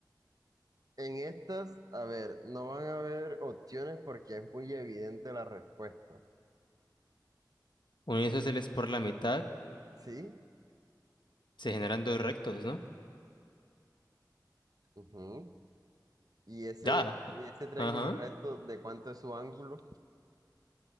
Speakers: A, on the right; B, on the left.
A: En estas, a ver, no van a haber opciones porque es muy evidente la respuesta.
B: uno de esos por la mitad,
A: ¿Sí?
B: se generan dos rectos, ¿no?
A: Ujú. Y ese,
B: Ya.
A: ese triángulo
B: Ajá.
A: recto, ¿de cuánto es su ángulo?